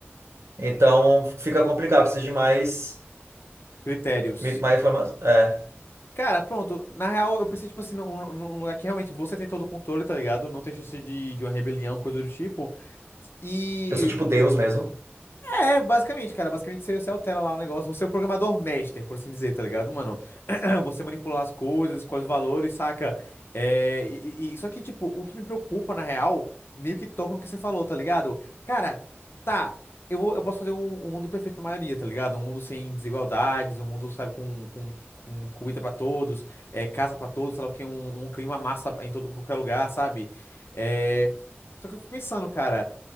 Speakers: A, on the right; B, on the left.
A: Então fica complicado, preciso de mais,
B: Critérios.
A: mais informação. É,
B: Cara, pronto. Na real, eu pensei, tipo assim, num, num lugar que realmente você tem todo o controle, tá ligado? Não tem chance de, de uma rebelião, coisa do tipo. E
A: eu sou tipo Deus mesmo.
B: é, basicamente, cara. Basicamente você, você altera lá o negócio. Você é o programador master, por assim dizer, tá ligado, mano? <clears throat> Você manipula as coisas, escolhe os valores, saca? É, e, e- e- só que, tipo, o que me preocupa, na real, meio que toca no que você falou, tá ligado? Cara, tá. Eu, vou- eu posso fazer um, um mundo perfeito pra maioria, tá ligado? Um mundo sem desigualdades, um mundo, sabe, com, com, com comida pra todos, é, casa pra todos, sei lá o que, um, um clima massa em todo, em qualquer lugar, sabe? É, só que eu fico pensando, cara.